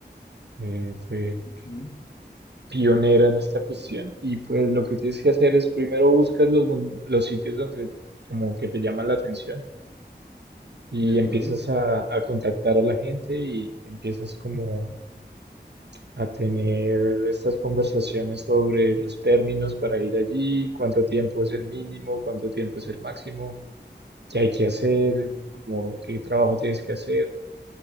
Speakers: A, on the right; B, on the left.
A: Eh, fue
B: Ok,
A: pionera en esta cuestión. Y pues lo que tienes que hacer es primero buscas los, mon- los sitios donde como que te llaman la atención y
B: de acuerdo.
A: empiezas a, a contactar a la gente y empiezas como a tener estas conversaciones sobre los términos para ir allí, cuánto tiempo es el mínimo, cuánto tiempo es el máximo, qué hay que hacer,
B: Ah, ok.
A: como qué trabajo tienes que hacer